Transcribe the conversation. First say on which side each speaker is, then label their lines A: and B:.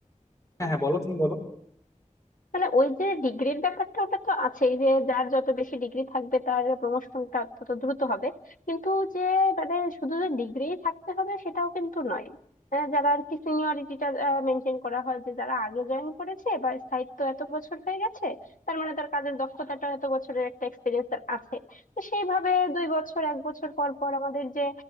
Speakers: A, on the left; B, on the left.
A: হ্যাঁ হ্যাঁ বলো তুমি বলো
B: মানে ওই যে ডিগ্রির ব্যাপারটা ওটা তো আছেই যে যার যত বেশি ডিগ্রি থাকবে তার প্রমোশনটা তত দ্রুত হবে কিন্তু যে মানে শুধু যে ডিগ্রি থাকতে হবে সেটাও কিন্তু নয় আহ, যারা আর কি সিনিয়রিটিটা মেনটেন করা হয় যে যারা আগে জয়েন করেছে বা স্থায়িত্ব এত বছর হয়ে গেছে তার মানে তার কাজের দক্ষতাটা এত বছরের একটা এক্সপিরিয়েন্স তার আছে তো সেইভাবে দুই বছর এক বছর পর পর আমাদের যে